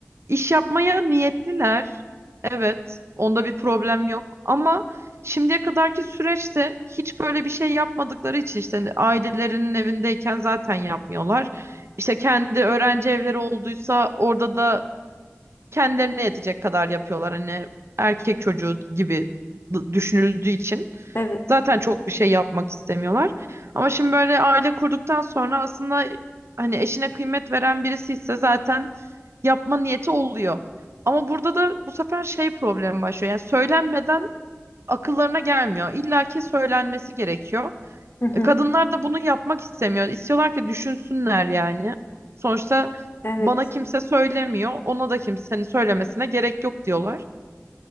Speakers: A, on the right; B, on the left.
A: iş yapmaya niyetliler. Evet, onda bir problem yok. Ama şimdiye kadarki süreçte hiç böyle bir şey yapmadıkları için işte ailelerinin evindeyken zaten yapmıyorlar. İşte kendi öğrenci evleri olduysa orada da kendilerine yetecek kadar yapıyorlar. Hani erkek çocuğu gibi düşünüldüğü için.
B: Evet.
A: Zaten çok bir şey yapmak istemiyorlar. Ama şimdi böyle aile kurduktan sonra aslında hani eşine kıymet veren birisi ise zaten yapma niyeti oluyor. Ama burada da bu sefer şey problemi başlıyor. Yani söylenmeden akıllarına gelmiyor. İlla ki söylenmesi gerekiyor.
B: Hı hı.
A: E, kadınlar da bunu yapmak istemiyor. İstiyorlar ki düşünsünler yani. Sonuçta
B: Evet.
A: bana kimse söylemiyor. Ona da kimsenin söylemesine gerek yok diyorlar.